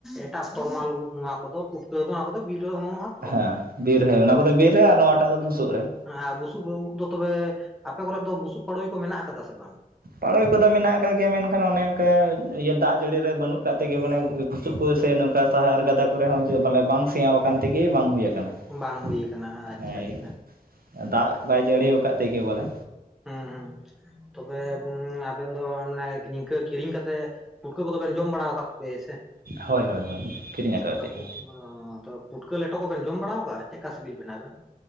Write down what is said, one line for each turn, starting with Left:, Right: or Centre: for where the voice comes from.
Centre: ᱮᱴᱟᱜ ᱛᱚᱨᱢᱟᱞ ᱳᱫ ᱱᱚᱣᱟ ᱠᱚ ᱫᱚ ᱯᱩᱴᱠᱟᱹᱣ ᱫᱚ ᱱᱚᱣᱟ ᱠᱚ ᱫᱚ ᱵᱤᱨ ᱨᱮ ᱚᱢᱚᱱᱚᱜᱼᱟ ᱾
Right: ᱦᱮᱸ ᱵᱤᱨ ᱨᱮ ᱚᱱᱟ ᱠᱚ ᱫᱚ ᱵᱤᱨ ᱨᱮ ᱟᱨ ᱱᱚᱣᱟᱴᱟᱜ ᱫᱚ ᱵᱷᱩᱥᱩᱜ ᱨᱮ
Centre: ᱮᱸ ᱟᱨ ᱵᱩᱥᱩᱵ ᱳᱫ ᱫᱚ ᱛᱚᱵᱮ ᱟᱯᱮ ᱠᱚᱨᱮ ᱫᱚ ᱵᱩᱥᱩᱵ ᱯᱟᱹᱲᱳᱭ ᱠᱚ ᱢᱮᱱᱟᱜ ᱟᱠᱟᱫᱟ ᱥᱮ ᱵᱟᱝ?
Right: ᱯᱟᱲᱳᱭ ᱠᱚ ᱫᱚ ᱢᱮᱱᱟᱜ ᱟᱠᱟᱫ ᱜᱮᱭᱟ ᱢᱮᱱᱠᱷᱟᱱ ᱚᱱᱮ ᱚᱱᱠᱟ ᱤᱭᱟᱹ ᱫᱟᱜ ᱡᱟᱹᱲᱤ ᱨᱮ ᱵᱟᱹᱱᱩᱜ ᱼᱼ <unintelligible> ᱛᱮᱜᱮ ᱢᱟᱱᱮ ᱵᱩᱥᱩᱵ ᱠᱚ ᱥᱮ ᱱᱚᱝᱠᱟ ᱥᱟᱦᱟᱨ ᱜᱟᱫᱟ ᱠᱚᱨᱮ ᱦᱚᱸ ᱢᱟᱱᱮ ᱵᱟᱝ ᱥᱮᱭᱟ ᱟᱠᱟᱱ ᱛᱮ ᱜᱮ ᱵᱟᱝ ᱦᱩᱭ ᱟᱠᱟᱱᱟ
Centre: ᱦᱩᱸ ᱵᱟᱝ ᱦᱩᱭ
Right: ᱾
Centre: ᱠᱟᱱᱟ ᱟᱪᱪᱷᱟ
Right: ᱦᱮᱸ
Centre: ᱟᱪᱪᱷᱟ
Right: ᱫᱟᱜ ᱵᱟᱭ ᱡᱟᱹᱲᱤ ᱟᱠᱟᱫ ᱛᱮ ᱜᱮ ᱵᱚᱞᱮ
Centre: ᱦᱩᱸ ᱦᱮᱸ ᱛᱚᱵᱮ ᱟᱵᱮᱱ ᱫᱚ ᱢᱟᱱᱮ ᱱᱤᱝᱠᱟᱹ ᱠᱤᱨᱤᱧ ᱠᱟᱛᱮᱜ ᱯᱩᱴᱠᱟᱹ ᱠᱚᱫᱚ ᱵᱮᱮᱱ ᱡᱚᱢ ᱵᱟᱲᱟᱣ ᱠᱟᱜ ᱠᱚᱜᱮᱭᱟ ᱥᱮ?
Right: ᱦᱳᱭ ᱦᱳᱭ ᱦᱳᱭ ᱠᱤᱨᱤᱧ ᱟᱠᱟᱫ
Centre: ᱚᱸ
Right: ᱛᱮᱜᱮ
Centre: ᱛᱚᱵᱮ ᱯᱩᱴᱠᱟᱹ ᱞᱮᱴᱚ ᱠᱚ ᱛᱚᱵᱮᱢ ᱡᱚᱢ ᱵᱟᱲᱟ ᱟᱠᱟᱟᱜᱼᱟ? ᱪᱮᱫᱼᱠᱟ ᱥᱵᱤᱞ ᱵᱮᱱᱟ ᱟᱵᱮᱱ?